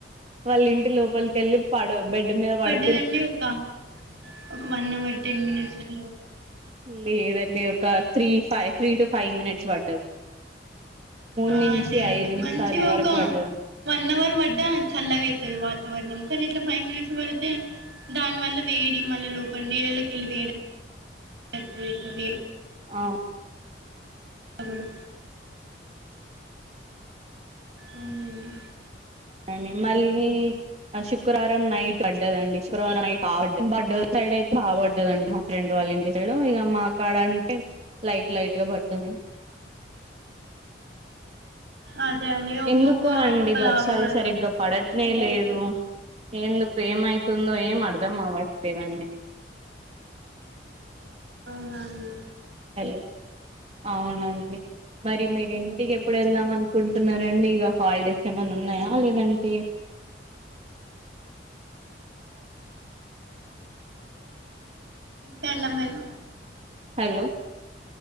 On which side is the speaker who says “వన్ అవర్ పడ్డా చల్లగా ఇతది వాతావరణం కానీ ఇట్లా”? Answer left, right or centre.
Right